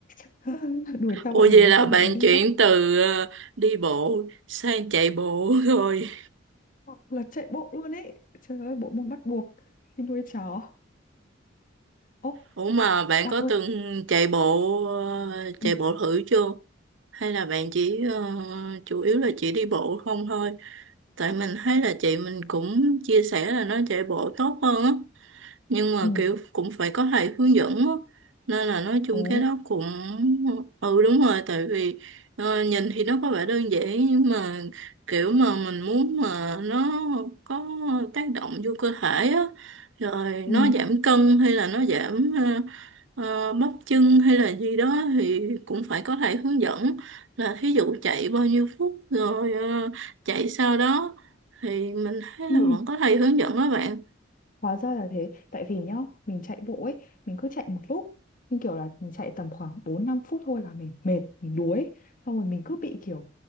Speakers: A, on the left; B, on the right.
A: <laughs> đuổi theo
B: Ủa
A: bọn nó
B: vậy là
A: không
B: bạn
A: bọn nó đi
B: chuyển
A: bắt
B: từ ờ, đi bộ sang chạy bộ <laughs> rồi
A: là chạy bộ luôn ấy. Trời ơi bộ môn bắt buộc khi nuôi chó. Ô
B: Ủa mà bạn
A: bạn
B: có
A: ơi.
B: từng chạy bộ ờ,
A: Ừ.
B: chạy bộ thử chưa? Hay là bạn chỉ ờ, chủ yếu là chỉ đi bộ không thôi? Tại mình thấy là chị mình cũng chia sẻ là nó chạy bộ tốt hơn á nhưng mà
A: Ừ.
B: kiểu cũng phải có thầy hướng dẫn á nên là nói chung
A: Ồ.
B: cái đó cũng ừ đúng rồi tại vì ờ, nhìn thì nó có vẻ đơn giản nhưng mà kiểu mà mình muốn mà nó có tác động vô cơ thể á rồi
A: Ừ.
B: nó giảm cân hay là nó giảm ờ, ờ, bắp chân hay là gì đó thì cũng phải có thầy hướng dẫn là thí dụ chạy bao nhiêu phút rồi ờ, chạy sau đó thì mình thấy
A: Ừ.
B: là vẫn có thầy hướng dẫn đó bạn
A: Hóa ra là thế, tại vì nhá, mình chạy bộ ấy, mình cứ chạy một lúc, nhưng kiểu là mình chạy tầm khoảng bốn năm phút thôi là mình mệt, mình đuối, xong rồi mình cứ bị kiểu